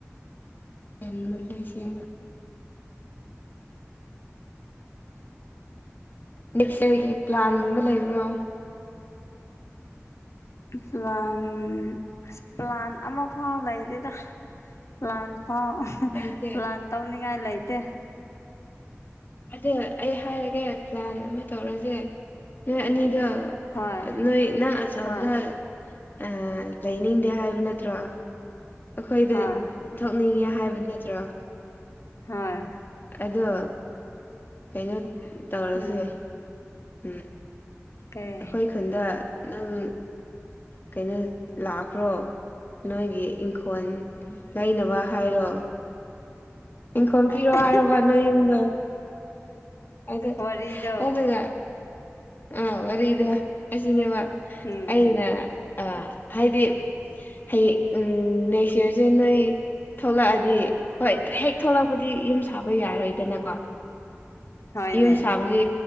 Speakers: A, on the left (about 40°); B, on the left (about 65°).
A: ꯌꯥꯝꯂꯁꯌꯦꯒ ꯅꯦꯛꯁ ꯏꯔꯒꯤ ꯄ꯭ꯂꯥꯟꯒꯨꯝꯕ ꯂꯩꯕ꯭ꯔꯣ
B: ꯄ꯭ꯂꯥꯟ ꯑꯁ ꯄ꯭ꯂꯥꯟ ꯑꯃ ꯐꯥꯎ ꯂꯩꯗꯦꯗ ꯂꯥꯟ ꯐꯥꯎ
A: ꯂꯩꯇꯦ
B: ꯂꯥꯟ ꯇꯧꯅꯤꯡꯉꯥꯏ ꯂꯩꯇꯦ
A: ꯑꯗꯨꯗ ꯑꯩ ꯍꯥꯏꯔꯒꯦ ꯄ꯭ꯂꯥꯟ ꯑꯃ ꯇꯧꯔꯁꯦ ꯅꯣꯏ ꯑꯅꯤꯗꯣ
B: ꯍꯣꯏ
A: ꯅꯣꯏ ꯅꯪ ꯆꯜꯗ
B: ꯍꯣꯏ
A: ꯑ ꯂꯩꯅꯤꯡꯗꯦ ꯍꯥꯏꯕ ꯅꯠꯇ꯭ꯔꯣ ꯑꯩꯈꯣꯏꯗ
B: ꯍꯣꯏ
A: ꯊꯣꯛꯅꯤꯡꯉꯦ ꯍꯥꯏꯕ ꯅꯠꯇ꯭ꯔꯣ
B: ꯍꯣꯏ
A: ꯑꯗꯣ ꯀꯩꯅꯣ ꯇꯧꯔꯁꯦ
B: ꯎꯝ
A: ꯎ
B: ꯀꯩ
A: ꯑꯩꯈꯣꯏ ꯈꯨꯟꯗ ꯅꯪ ꯀꯩꯅꯣ ꯂꯥꯛꯈ꯭ꯔꯣ ꯅꯣꯏꯒꯤ ꯏꯪꯈꯣꯜ ꯂꯩꯅꯕ ꯍꯥꯏꯔꯣ ꯏꯪꯈꯣꯜ
B: ꯑꯣꯏꯔ
A: ꯄꯤꯔꯣ ꯍꯥꯏꯔꯣꯕ ꯅꯣꯏ ꯌꯨꯝꯗꯣ ꯑꯗꯨ
B: ꯋꯥꯔꯤꯗ
A: ꯑꯗꯨꯒ ꯑꯥ ꯋꯥꯔꯤꯗꯣ ꯑꯁꯤꯅꯦꯕ
B: ꯎꯝ
A: ꯑꯩꯅ ꯑ ꯍꯥꯏꯗꯤ ꯍꯌꯦ ꯎꯝ ꯅꯦꯛꯁ ꯌꯌꯥꯔꯁꯦ ꯅꯣꯏ ꯊꯣꯛꯂꯛꯑꯗꯤ ꯍꯣꯏ ꯍꯦꯛ ꯊꯣꯛꯂꯛꯄꯗꯤ ꯌꯨꯝ ꯁꯥꯕ ꯌꯥꯔꯣꯏꯗꯅꯀꯣ
B: ꯍꯣꯏꯅꯦ
A: ꯌꯨꯝ ꯁꯥꯕꯗꯤ